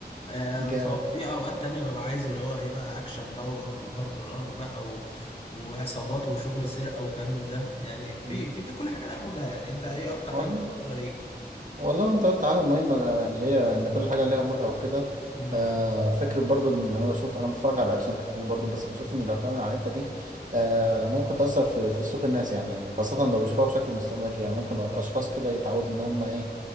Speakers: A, on the left; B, on the right.
A: آه،
B: جامد
A: ففي اوقات تانية ببقى عايز اللي هو ايه بقى اكشن بقى وعنق وضرب نار بقى و... وعصابات وشغل سرقة وكلام من ده يعني في
B: مم.
A: في ده كل حاجة لها مودها يعني انت ايه اكتر حاجة
B: ولا
A: مفضلة ليك؟
B: والله انت قلت حاجة مهمة اللي هي ان كل حاجة ليها مودها وكده
A: مم.
B: آه فكرة برضو ان انا بشوف انا بتفرج على اكشن كتير برضو بس بشوف ان الافلام العنيفة دي آه ممكن تأثر في في سلوك الناس يعني خاصة لو بيشوفوها بشكل مستمر يعني ممكن اشخاص كده يتعودوا ان هم ايه